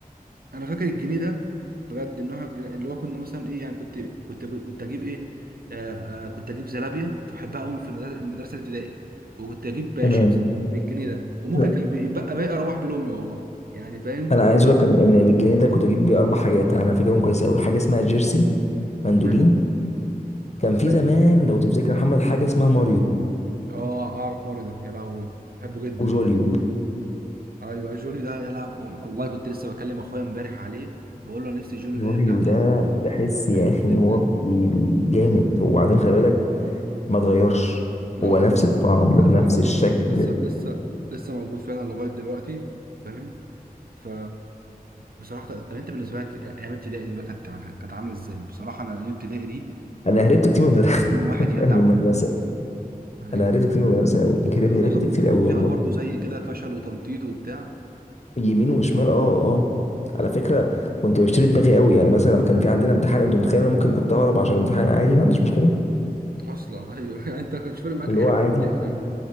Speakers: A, on the right; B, on the left.
A: انا فاكر الجنيه ده بجد ان هو اللي هو كنا مثلا ايه يعني كنت كنت كنت اجيب ايه آه آه، كنت اجيب زلابيا كنت بحبها قوي في المدرسه المدرسة الابتدائي وكنت اجيب
B: تمام
A: شيبسي بالجنيه ده وممكن
B: لا،
A: كان بيبقى باقي اروح بيه لامي والله يعني فاهم
B: انا عايز اقول لك ان إن بالجنيه ده كنت اجيب بيه اربع حاجات انا فاكرهم كويس قوي حاجه اسمها جيرسي مندولين
A: ايوه
B: كان في
A: ايوه
B: زمان لو تفتكر يا محمد حاجه اسمها ماريو
A: اه اعرف ماري ده يا لهوي بحبه جدا
B: وجوليو
A: ايوه جولي ده يا لهوي والله كنت لسه بكلم اخويا امبارح عليه بقول له انا نفسي جولي
B: جوليو
A: ده يرجع تاني
B: ده تحس
A: كنت بحبه
B: يا اخي ان
A: جدا
B: هو بي- بي- جامد وبعدين خلي بالك ما اتغيرش
A: لا
B: هو
A: هو
B: نفس
A: هو
B: الطعم بنفس
A: على فكره ايوه
B: الشكل
A: لسه لسه لسه موجود فعلا لغايه دلوقتي فاهم ف بصراحه طب طب انت بالنسبه لك ايام ابتدائي دي بقى كانت كانت عامله ازاي بصراحه انا ايام ابتدائي دي
B: انا هربت كتير من
A: نفسي
B: المدرسه <laughs>
A: يوم واحد يرجع
B: من المدرسه
A: منها ايوه
B: انا هربت كتير من المدرسه قوي هربت هربت
A: اصلا كنت
B: كتير
A: مقضيها
B: قوي والله
A: برضو زي كده فشل وتنطيط وبتاع
B: يمين وشمال اه اه على فكره كنت بشتري دماغي قوي يعني مثلا لما كان في عندنا امتحان انت متخيل انا ممكن كنت اهرب عشان الامتحان عادي ما عنديش مشكله
A: اصلا ايوه <laughs> يعني انت ما كانش فارق معاك
B: اللي
A: اي
B: هو
A: حاجه
B: عادي
A: في ابتدائي يعني